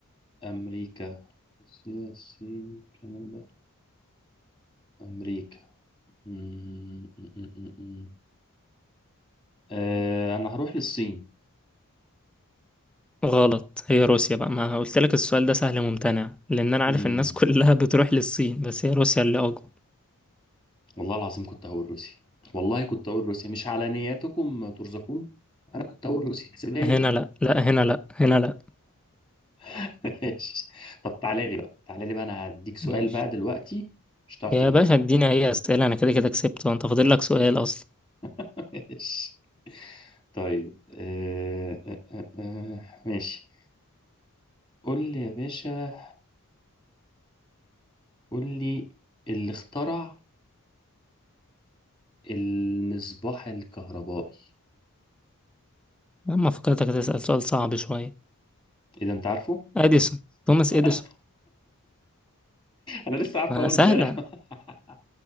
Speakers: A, on the left; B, in the centre.
A: أمريكا روسيا الصين كندا أمريكا مم، مم، مم، مم. مم. آه، أنا هروح للصين
B: غلط هي روسيا بقى ما قلت لك السؤال ده سهل ممتنع لان انا
A: مم.
B: عارف الناس <laughs> كلها بتروح للصين بس هي روسيا اللي اكبر
A: والله العظيم كنت هقول روسيا والله كنت هقول روسيا مش على نياتكم ترزقون أنا كنت هقول روسيا سيبها
B: هنا
A: لي بقى
B: لا لا هنا لا هنا لا
A: <laughs> ماشي. طب تعالى لي بقى تعالى لي بقى أنا هديك سؤال
B: ماشي
A: بقى دلوقتي مش هتعرف
B: يا
A: تجيبه
B: باشا اديني اي اسئله انا كده كده كسبت وانت فاضل لك سؤال اصلا
A: <laughs> ماشي. طيب آه، آه، آه، آه، ماشي قول لي يا باشا قول لي اللي اخترع المصباح الكهربائي
B: اما فكرتك هتسال سؤال صعب شويه
A: اذا انت عارفه
B: اديسون توماس
A: <laughs>
B: اديسون
A: انا انا لسه عارفه
B: ما
A: اول
B: سهله
A: امبارح <laughs>